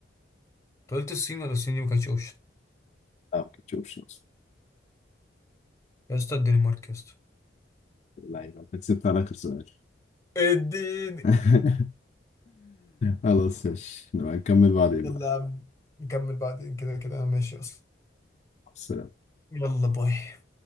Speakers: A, on the left; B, on the left.
A: أنت قلت الصين ولا الصين دي ما كانتش أوبشن
B: لا ما كنتش شخص
A: يا اسطى الدنمارك يا اسطى
B: لا يبقى انت كسبت على اخر سؤال
A: اديني
B: <laughs> خلاص ماشي نبقى نكمل بعدين
A: يلا
B: بقى
A: يا عم نكمل بعدين كده كده أنا ماشي أصلا
B: بس
A: يلا باي